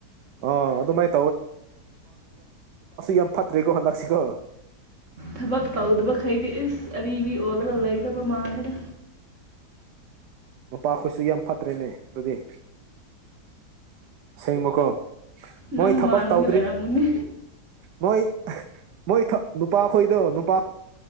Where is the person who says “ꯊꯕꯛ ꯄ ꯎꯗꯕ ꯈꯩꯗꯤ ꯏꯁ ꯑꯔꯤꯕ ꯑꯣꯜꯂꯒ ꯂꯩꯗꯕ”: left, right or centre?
Right